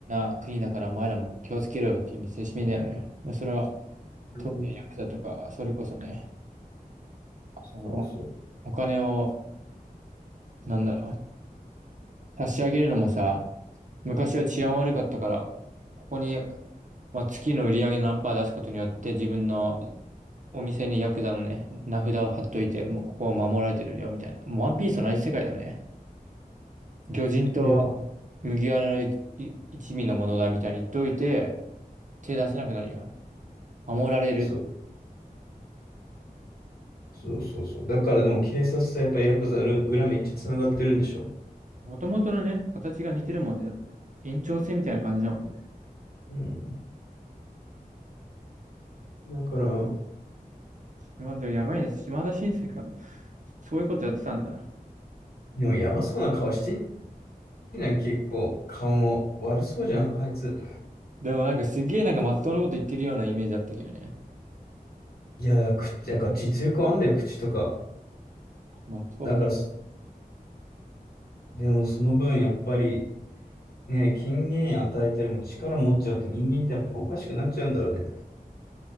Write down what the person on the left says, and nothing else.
うん
そうそ
う。いや、
そうそうそうそう。だからでも警察とやっぱヤクザ裏裏めっちゃ繋がってるんでしょ。
うん。だから、
でもやばそうな顔してんじゃん、結構。顔も悪そうじゃん、あいつ。
いや、だから口、だから実力あんだよ、口とか。
だから、でもその分やっぱり、ねえ、権限与えたりも力持っちゃうって人間ってやっぱおかしくなっちゃうんだろうね。